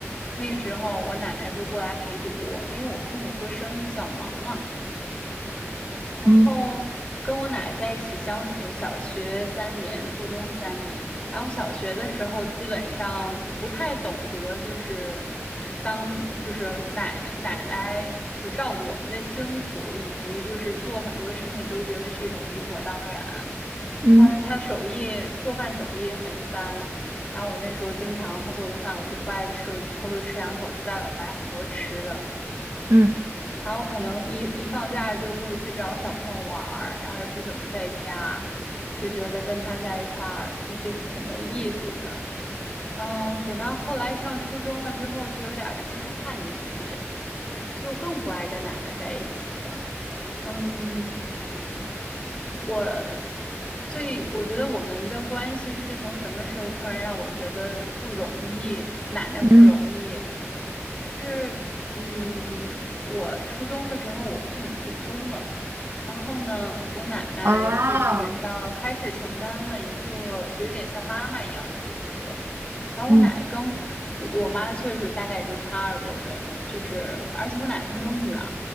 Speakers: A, on the left (about 20°); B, on the right (about 50°).
A: 那个时候我奶奶就过来陪读，因为我父母做生意比较忙嘛。然后跟我奶奶在一起相处，
B: 嗯
A: 小学三年，初中三年。然后小学的时候基本上不太懂得，就是当就是奶奶奶就照顾我们的辛苦，以及就是做很多事情都觉得是一种理所当然。
B: 嗯
A: 她她手艺做饭手艺很一般，然后我那时候经常她做的饭我就不爱吃，我就偷偷吃两口，去外边买很多吃的。
B: 嗯，
A: 然后可能一一放假就会去找小朋友玩儿，然后也不怎么在家，就觉得跟他在一块儿就就挺没意思的。嗯，等到后来上初中了之后，就有点儿进入叛逆期，就更不爱跟奶奶在一起了。嗯，我最，我觉得我们的关系是从什么时候突然让我觉得不容易，奶奶不容易，
B: 嗯
A: 是，嗯，我初中的时候我父母离婚了，然后呢，我奶奶就基本上开始承担了一个有点像妈妈一样的角色，
B: 哦，
A: 然后我奶跟
B: 嗯
A: 我妈岁数大概也就差二十多岁嘛，就是而且我奶她没有女儿，